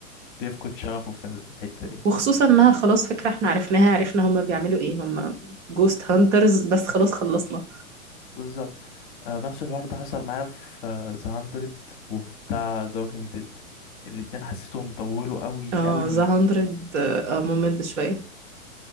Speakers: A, on the left; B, on the right.
A: بيفقد شغفه في الحتة دي
B: وخصوصا انها خلاص فكرة احنا عرفناها عرفنا هما بيعملوا ايه هما جوست هانترز بس خلاص خلصنا
A: بالظبط آه نفس الحوار ده حصل معايا في ذا هاندرد وفي بتاع ذا ووكينج ديد الاتنين حسيتهم طولوا قوي
B: اه
A: قوي
B: ذا هاندرد اه آه، ممل شوية